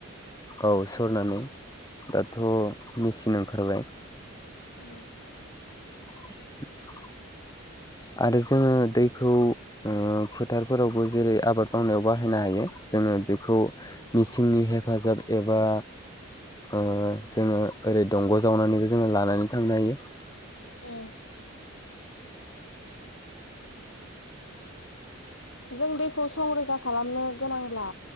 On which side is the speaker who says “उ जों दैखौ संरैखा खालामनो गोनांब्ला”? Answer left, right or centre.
Left